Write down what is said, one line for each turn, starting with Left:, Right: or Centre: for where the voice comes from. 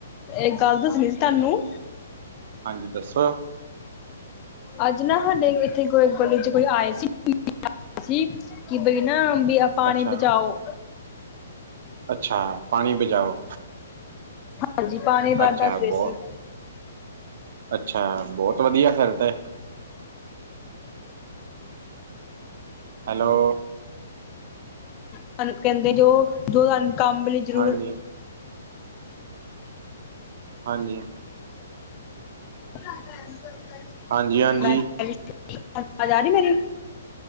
Left: ਇਕ ਗੱਲ ਦੱਸਣੀ ਸੀ ਤੁਹਾਨੂੰ
Right: ਹਾਂਜੀ ਦੱਸੋ।
Left: ਅੱਜ ਨਾ ਸਾਡੇ ਇੱਥੇ ਗਲੀ ਚ ਕੋਈ ਆਏ ਸੀ ਸੀ ਕਿ ਬਈ ਨਾ ਪਾਣੀ
Right: ਅੱਛਾ
Left: ਬਚਾਓ
Right: ਅੱਛਾ ਪਾਣੀ ਬਚਾਓ।
Left: ਹਾਂਜੀ ਪਾਣੀ ਬਾਹਰ
Right: ਅੱਛਾ
Left: ਦੱਸ ਰਹੇ
Right: ਬਹੁਤ
Left: ਸੀ।
Right: ਅੱਛਾ ਬਹੁਤ ਵਧੀਆ ਫਿਰ ਤੇ। ਹੈਲੋ
Left: ਸਾਨੂੰ ਕਹਿੰਦੇ ਜੋ ਜੋ ਸਾਨੂੰ ਕੰਮ ਲਈ ਜ਼ਰੂਰ
Right: ਹਾਂਜੀ ਹਾਂਜੀ।
Left: <inaudible>
Right: ਹਾਂਜੀ ਹਾਂਜੀ।
Left: ਆਵਾਜ ਆ ਰਹੀ ਮੇਰੀ